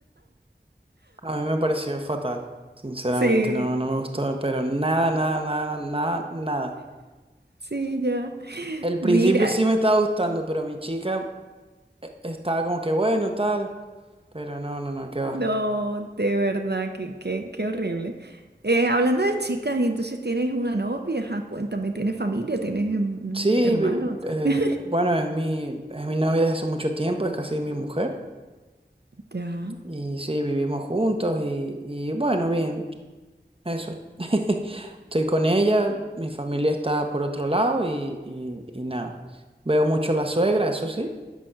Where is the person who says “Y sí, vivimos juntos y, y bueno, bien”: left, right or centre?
Right